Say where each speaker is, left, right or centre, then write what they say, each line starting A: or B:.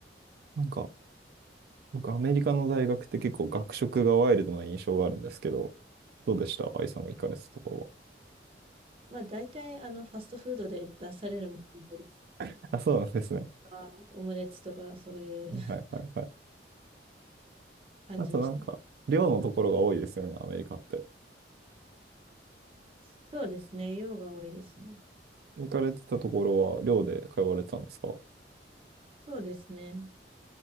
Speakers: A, on the right (about 60°); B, on the right (about 30°).
A: なんか、僕アメリカの大学って結構学食がワイルドな印象があるんですけど、どうでした愛さんが行かれてたところ
B: まあ大体あのファストフードで出されるもので、レ
A: は。<laughs> あ、そうなんですね。
B: とかオムレツとかそういう <laughs>
A: はいはいはい。
B: 感じでしたね。
A: あとなんか、寮のところが多いですよね、アメリカって。
B: そうですね。量が多いですね。
A: 行かれてたところは寮で通われてたんですか
B: そうですね。